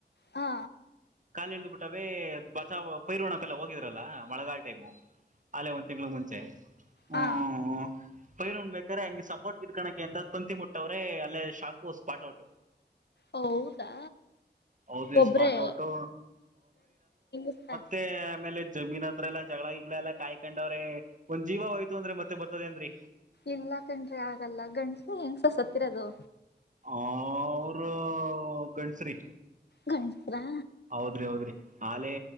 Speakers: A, on the left; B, on the right.
A: ಹಾ
B: ಕಾಲಿಟ್ಟಿಬಿಟ್ಟಾವೇ ಬಚಾವ ಪೈರುಣಕಲ್ಲ ಹೋಗಿದ್ರಲ್ಲ ಮಳಗಾ ಟೈಮು ಅ ಒಂದು ತಿಂಗಳು ಮುಂಚೆ ಹುಂ
A: ಹಾ
B: ಹ್ ಪೈರ್ ಉಣ್ ಬೇಕ್ರೆ ಹಂಗೆ ಸಪೋರ್ಟ್ ಹಿಡ್ಕೊಳ್ಳೋಕೆ ಅಂತಾ ತಂತಿ ಮುಟ್ಟವ್ರೆ ಅಲ್ಲೇ ಶಾಕು ಸ್ಪಾಟ್ ಔಟು
A: ಹೌದಾ
B: ಹೌದು
A: ಒಬ್ರೆ
B: ಸ್ಪಾಟ್ ಔಟು
A: <unintelligible>
B: ಮತ್ತ ಆಮೇಲೆ ಜಮೀನ್ ಹತ್ರ ಎಲ್ಲಾ ಜಗಳಾ ಗಿಗಳಾ ಎಲ್ಲಾ ಕಾಯ್ಕೊಂಡವ್ರೆ ಒಂದ ಜೀವ ಹೋಯ್ತು ಅಂದ್ರೆ ಮತ್ತೆ ಬರ್ತದೇ ಏನ್ರಿ
A: ಇಲ್ಲಾ ಕಂಡ್ರಿ ಆಗಲ್ಲಾ ಗಂಡಸ ಹೆಂಗಸು ಸತ್ತಿರೋದು
B: ಆ ಆ ಅವರು ಗಂಡಸ್ರೀ
A: ಗಂಡಸರಾ
B: ಹೌದ್ರಿ ಹೌದ್ರಿ ಆಲೆೇ